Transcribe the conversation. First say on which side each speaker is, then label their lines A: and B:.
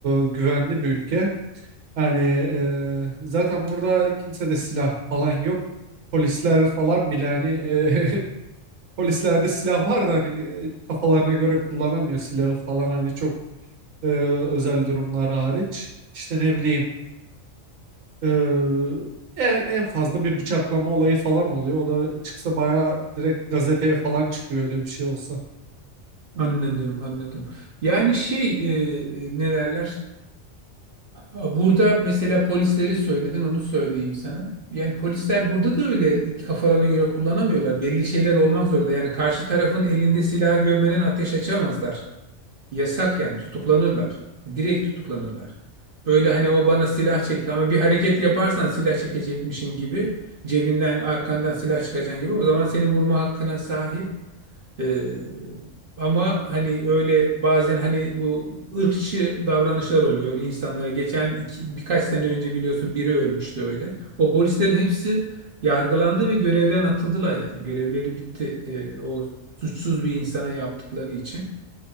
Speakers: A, on the right; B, on the right.
A: güvenli bir ülke. Yani e, zaten burada kimse de silah falan yok. Polisler falan bile hani e, <laughs> polislerde silah var da hani e, kafalarına göre kullanamıyor silahı falan hani çok e, özel durumlar hariç. İşte ne bileyim. Ee, en, en fazla bir bıçaklama olayı falan oluyor. O da çıksa bayağı direkt gazeteye falan çıkıyor öyle bir şey olsa.
B: Anladım, anladım. Yani şey e, e, ne derler? Burada mesela polisleri söyledin, onu söyleyeyim sana. Yani polisler burada da öyle kafalarına göre kullanamıyorlar. Belli şeyler olmak zorunda. Yani karşı tarafın elinde silahı görmeden ateş açamazlar. Yasak yani tutuklanırlar. Direkt tutuklanırlar. Öyle hani o bana silah çekti ama bir hareket yaparsan silah çekecekmişin gibi cebinden arkandan silah çıkacaksın gibi o zaman seni vurma hakkına sahip. Ee, ama hani öyle bazen hani bu ırkçı davranışlar oluyor insanlara. Geçen iki, birkaç sene önce biliyorsun biri ölmüştü öyle. O polislerin hepsi yargılandı ve görevden atıldılar yani. Görevleri bitti. Ee, o suçsuz bir insana yaptıkları için.